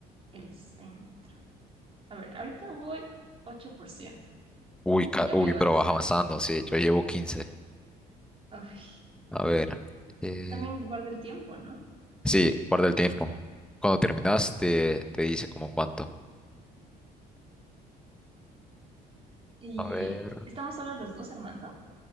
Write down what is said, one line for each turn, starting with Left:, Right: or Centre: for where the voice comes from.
Right: el centro. A ver, ahorita voy 8%.
Centre: Uy, ca-
Right: Ya
Centre: uy,
Right: voy avanzando.
Centre: pero vas avanzando, sí, yo llevo 15.
Right: Ay,
Centre: A ver, eh,
Right: también guarda el tiempo, ¿no?
Centre: sí, guarda el tiempo. Cuando terminas te, te dice como en cuánto.
Right: Y
Centre: A ver.
Right: estamos solo los dos, Armando.